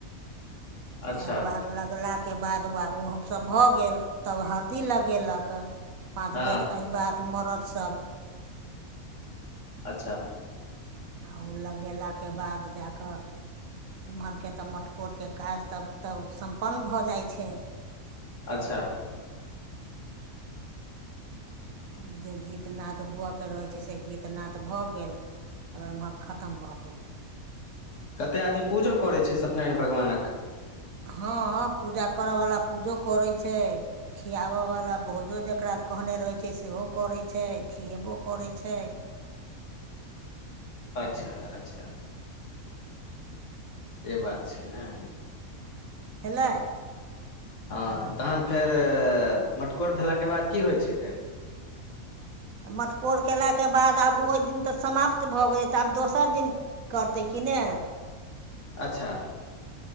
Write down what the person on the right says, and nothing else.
एकबार लगलाके बाद वा ओ सब भऽ गेल तब हरदि लगेलक पाँच
बेर अहिबात मरद सब
आ ओ लगेलाके बाद जा कऽ एम्हरके तऽ मटकोरके काज तब तब सम्पन्न भऽ जाइ छै।
तब जे गीत गीतनाद हुअऽ के रहै छै से गीतनाद भऽ गेल तब एम्हर खतम भऽ गेल।
हँ पूजा करयवला पूजो करै छै। खियाब वला भोजो जकरा कहने रहै छै सेहो करै छै खियेबो करै छै।
भेलै।
मटकोर केलाके बाद आब ओहि दिन तऽ समाप्त भऽ गेलै तऽ आब दोसर दिन करतै की ने